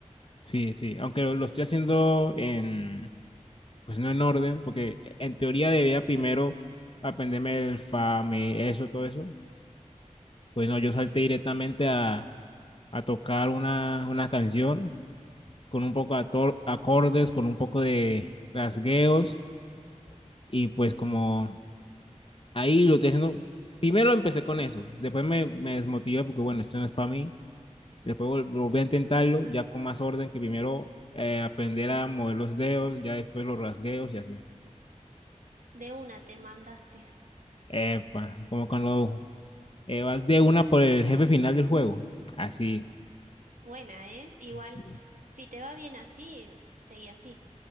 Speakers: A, on the left; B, on the right.
A: Sí, sí, aunque lo, lo estoy haciendo en, pues, no en orden, porque en teoría debía primero aprenderme el fa, me, eso, todo eso. Pues no, yo salté directamente a, a tocar una, una canción con un poco de ator- acordes, con un poco de rasgueos Y pues como ahí lo estoy haciendo, primero empecé con eso, después me, me desmotivé porque bueno, esto no es para mí, después vol- volví a intentarlo ya con más orden que primero eh, aprender a mover los dedos, ya después los rasgueos y así.
B: De una te mandaste.
A: Epa, como cuando eh, vas de una por el jefe final del juego, así.
B: Buena, ¿eh? Igual,
A: Sí, sí,
B: si te va bien así, seguí así.